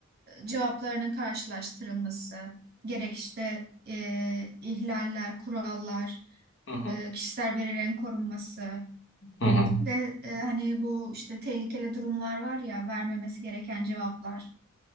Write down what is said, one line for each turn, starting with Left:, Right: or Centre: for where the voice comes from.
Right: cevaplarının karşılaştırılması, gerek işte e, ihlaller, kurallar,
Left: hı hı
Right: e, kişisel verilerin korunması
Left: hı hı.
Right: ve e, hani bu işte tehlikeli durumlar var ya vermemesi gereken cevaplar